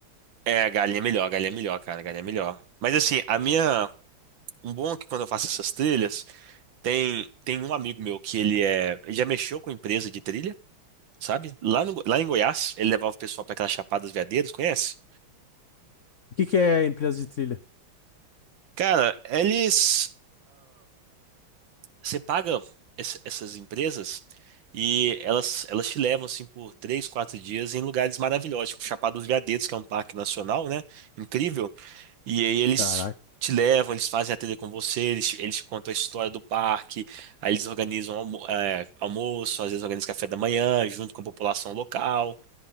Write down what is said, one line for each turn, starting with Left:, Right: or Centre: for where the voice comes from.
Right: é, a galinha é melhor, a galinha é melhor, cara, a galinha é melhor. Mas assim, a minha. Um bom é que quando eu faço essas trilhas, tem, tem um amigo meu que ele é. Ele já mexeu com empresa de trilha, sabe? Lá, no, lá em Goiás, ele levava o pessoal pra aquelas Chapadas Veadeiras, conhece?
Left: O que que é empresa de trilha?
Right: Cara, eles. Você paga ess- essas empresas e elas, elas te levam assim por três, quatro dias em lugares maravilhosos, tipo Chapada dos Veadeiros, que é um parque nacional, né? Incrível. E aí eles
Left: Caraca,
Right: te levam, eles fazem a trilha com você, eles, te- eles te contam a história do parque, aí eles organizam almo- é, almoço, às vezes organizam café da manhã, junto com a população local.